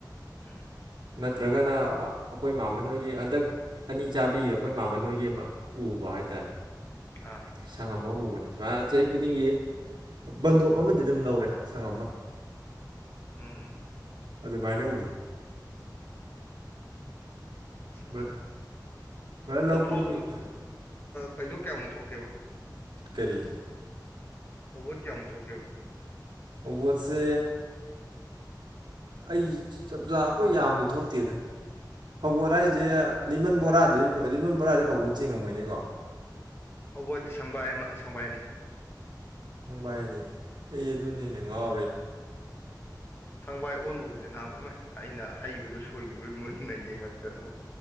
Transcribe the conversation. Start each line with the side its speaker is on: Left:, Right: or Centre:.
Left: ꯎꯝ
Right: ꯅꯠꯇ꯭ꯔꯒꯅ ꯑꯩꯈꯣꯏ ꯏꯃꯅꯣꯏꯒꯤ ꯍꯟꯗꯛ ꯑꯅꯤ ꯆꯥꯕꯤꯒꯤꯗ ꯑꯩꯈꯣꯏ ꯃꯃꯟ ꯅꯣꯏꯒꯤ ꯑꯃ ꯎꯕ ꯍꯥꯏꯇꯥꯔꯦ
Left: ꯑꯥ
Right: ꯁꯪ ꯑꯃ ꯎꯕꯅꯤ ꯁꯨꯃꯥꯏ ꯆꯍꯤ ꯈꯨꯗꯤꯡꯒꯤ ꯕꯟꯗꯣꯞ ꯑꯃꯗꯤ ꯑꯗꯨꯝ ꯂꯧꯔꯦ ꯁꯪꯝꯃ
Left: ꯎꯝ
Right: ꯑꯗꯨꯃꯥꯏꯅ ꯎꯔꯦ
Left: ꯑꯠ ꯑꯠ
Right: ꯕ꯭ꯔꯗꯔ ꯂꯧꯀꯨꯝ
Left: ꯑꯗꯣ ꯐꯧ ꯀꯩꯅꯣ ꯀꯌꯥꯃꯨꯛ ꯊꯣꯛꯀꯦꯕ
Right: ꯀꯔꯤ
Left: ꯑꯕꯣꯠ ꯀꯌꯥꯃꯨꯛ ꯊꯣꯛꯀꯦꯕ
Right: ꯑꯣꯕꯣꯠꯁꯦ ꯑꯩ ꯆꯞꯆꯥꯥ ꯑꯩꯈꯣꯏ ꯌꯥꯝꯗꯤ ꯊꯣꯛꯇꯦꯗ ꯐꯧꯧꯕꯣꯠ ꯍꯥꯏꯁꯦ ꯂꯤꯃꯟ ꯕꯣꯔꯥꯗꯗꯤ ꯂꯤꯃꯟ ꯕꯣꯔꯥꯗꯤ ꯐꯧꯕꯣꯠ ꯆꯤꯡꯉꯝꯃꯣꯏꯅꯤꯀꯣ
Left: ꯍꯧꯕꯣꯏꯗꯤ ꯁꯪꯕꯥꯏ ꯑꯃ ꯁꯪꯕꯥꯏ ꯑꯅꯤ
Right: ꯅꯨꯡꯕꯥꯏ ꯑꯅꯤ ꯑꯩ ꯑꯗꯨꯅꯤ ꯍꯦꯞꯅ ꯉꯥꯎꯔꯦꯅꯦ
Left: ꯁꯪꯕꯥꯏ ꯑꯣꯟꯕꯒꯁ ꯅꯍ ꯑꯩꯅ ꯍꯩꯕꯗꯨ ꯁꯣꯏꯈꯤꯕꯩ ꯃꯨꯟꯅ ꯌꯦꯡꯉꯛꯇꯅ